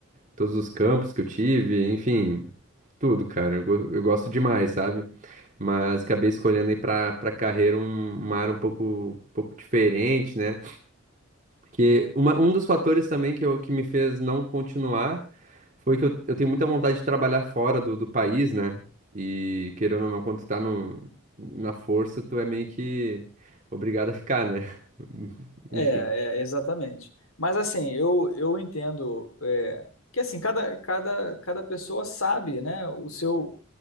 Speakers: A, on the right; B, on the left.
A: todos os campos que eu tive, enfim, tudo, cara. Eu, go- eu gosto demais, sabe? Mas acabei escolhendo aí pra, pra carreira um- uma área um pouco, um pouco diferente, né? Que uma- um dos fatores também que, eu, que me fez não continuar foi que eu, eu tenho muita vontade de trabalhar fora do, do país, né? E querendo ou não, quando tu tá no, na força, tu é meio que obrigado a ficar, né? <laughs> Enfim.
B: É, é, exatamente. Mas assim, eu, eu entendo é, que assim, cada, cada, cada pessoa sabe, né, o seu,